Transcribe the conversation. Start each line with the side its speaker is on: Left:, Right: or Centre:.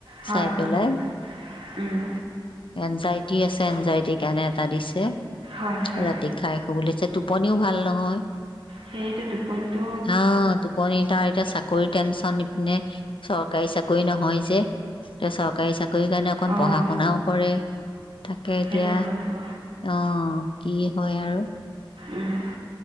Right: হয়
Left: চাই
Right: হয়
Left: পেলাই।
Right: উম
Left: এনজাইটি আছে, এনজাইটিৰ কাৰণে এটা দিছে
Right: হয় হয়
Left: ৰাতি খাই শুবলৈ বুলি দিছে, টোপনিও ভাল নহয়।
Right: সেইয়টো টোপনটো
Left: অ, টোপনি পনি তাৰ এতিয়া চাকৰি টেনচন, ইপিনে চৰকাৰী চাকৰি নহয় যে। এতিয়া চৰকাৰী চাকৰিৰ কাৰণে অকণ
Right: অঁ
Left: পঢ়া শুনাও কৰে তাকে এতিয়া
Right: সেইটো হয় বাৰু
Left: অ, কি হয় আৰু।
Right: উম,